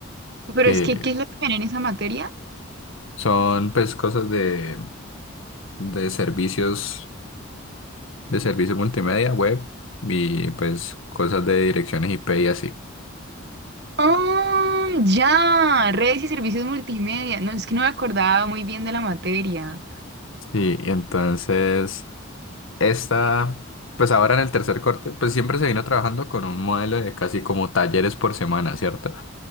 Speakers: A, on the right; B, on the left.
A: Pero
B: que
A: es que, ¿qué es lo que ven en esa materia?
B: son pues cosas de, de servicios, de servicio multimedia, web y pues cosas de direcciones IP y así.
A: Ah, ya, redes y servicios multimedia. No, es que no me acordaba muy bien de la materia.
B: Sí, y entonces esta, pues ahora en el tercer corte, pues siempre se vino trabajando con un modelo de casi como talleres por semana, ¿cierto?